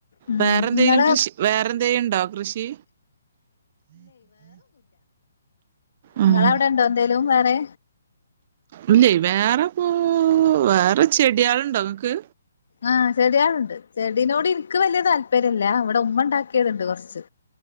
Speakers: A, on the left; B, on the right.
A: ഉം
B: വേറെന്തെങ്കിലും
A: ഇങ്ങളെ
B: കൃഷി വേറെന്തേങ്കി ണ്ടോ കൃഷി? ഉം
A: ഇങ്ങളെ അവെടെണ്ടോ എന്തേലും വേറെ?
B: ഇല്ലെയ് വേറെപോ വേറെ ചെടിയേള്ണ്ടോ ഇങ്ങക്ക്?
A: ആഹ് ചെടിയേള്ണ്ട് ചെടിനോട് ഇൻക്ക് വല്യ താല്പര്യല്ല. ഇവടെ ഉമ്മണ്ടാക്കിയത്ണ്ട് കൊറച്ച്.